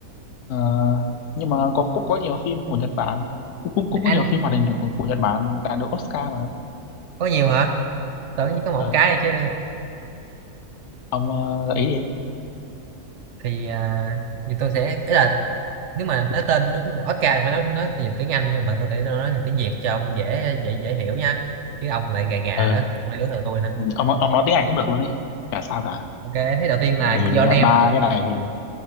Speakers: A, on the left; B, on the right.
A: Ờ, nhưng mà có cũng có nhiều phim của Nhật Bản cũng cũng cũng
B: anh
A: có nhiều phim hoạt hình của, của Nhật Bản đã được Oscar mà
B: có nhiều hả tưởng chỉ có một
A: ừ.
B: cái thôi chứ
A: ông ờ, gợi đi
B: thì à, thì tôi sẽ ý là nếu mà nói tên đúng là Oscar phải nói nói tiếng tiếng Anh nhưng mà thôi để tôi nói thành tiếng Việt cho ông dễ dễ dễ hiểu nha chứ ông lại gà gà
A: ừ.
B: nữa ông lại đối thừa tôi nữa
A: ông ông nói tiếng Anh cũng được luôn ấy chả sao cả
B: Ok, thế đầu tiên là
A: tại vì
B: your
A: à,
B: name,
A: ba cái này thì